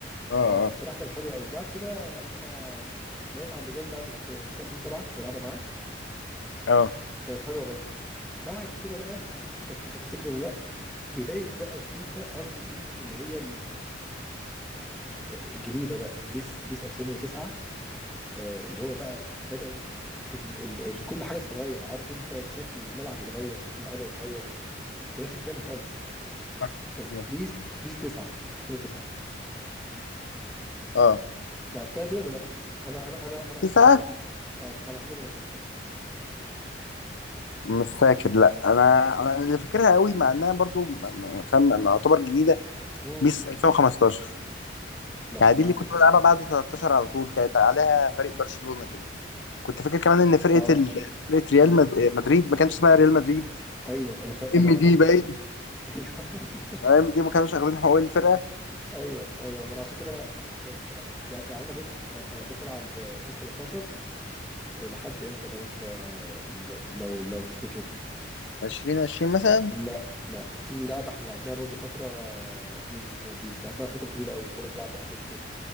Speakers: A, in the centre; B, on the left.
A: فالصراحه
B: اه
A: كانت حلوه قوي بعد كده لعبت مع لقيت عند جاري لعبه فيفا 2007 كنت بلعبها معاه
B: اه
A: كانت حلوه برضه بعد كده بقى ما اعرفش انت انت تفتكر ولا لا بدايه بقى الفيفا قصدي البيس اللي هي الجديده بقى بيس بيس 2009 آه، اللي هو بقى بدات ال ال ال ال كل حاجه تتغير عارف انت شكل الملعب يتغير شكل اللعيبه يتغير جرافيك تاني خالص
B: اه
A: كان بيس بيس 9 2009
B: اه
A: لعبتها دي ولا لا انا انا انا انا اعتقد
B: تسعة
A: انك لعبتها آه، انا انا اعتقد انك لعبتها
B: مش فاكر لا انا انا اللي فاكرها قوي مع انها برضو م- م- فاهم ما اعتبر جديده
A: امم
B: بيس 2015
A: لا
B: يعني
A: دي
B: دي اللي كنت بلعبها بعد 13 على طول كانت عليها فريق برشلونة كده كنت فاكر كمان ان فرقة
A: اه
B: ال... فرقة ريال
A: من...
B: مد... آه، مدريد ما كانش اسمها ريال مدريد
A: ايوه انا ف... انا
B: ام دي
A: انا
B: باين
A: ايوه <laughs>
B: آه، ام دي ما كانوش واخدين حقوق الفرقة
A: ايوه ايوه ما انا عشان كده انا ما حبيتهاش الصراحه يعني يعني انا بص انا انا فضلت العب بيس 13 لحد امتى لو انت ل- لو لو تفتكر
B: 20 20 مثلا
A: لا لا في لعبه احنا لعبناها برضو فتره بيس كانت بيس لعبناها فتره طويله قوي كنا بنلعب باتليتيكو